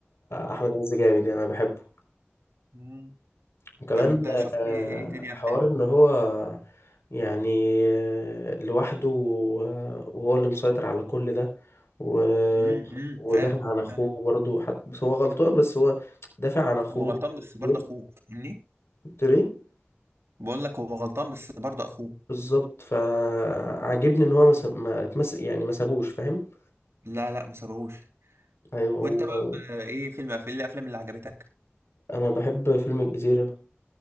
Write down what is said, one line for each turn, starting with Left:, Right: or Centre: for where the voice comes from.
Left: أحمد عز جامد يعني أنا بحبه
Right: <laughs> مم.
Left: وكمان
Right: طب انت شفت
Left: آه،
Right: ايه تاني
Left: حوار
Right: افلام
Left: إن هو يعني آه، لوحده آه، وهو اللي مسيطر على كل ده و...
Right: امم أمم،
Left: ودافع
Right: فعلا
Left: عن أخوه
Right: فعلا.
Left: برضه حتى بس هو غلطان بس هو دافع عن أخوه
Right: هو غلطان بس
Left: كبير
Right: برضه اخوه فاهمني
Left: قلت له إيه؟
Right: بقول لك هو غلطان بس برضه اخوه
Left: بالظبط فعاجبني إن هو ما ساب- ما اتمسك يعني ما سابوش فاهم
Right: لا لا ما سابهوش
Left: أيوه
Right: وانت بقى
Left: هو
Right: آه، ايه فيلم ايه الافلام اللي عجبتك
Left: انا بحب فيلم الجزيرة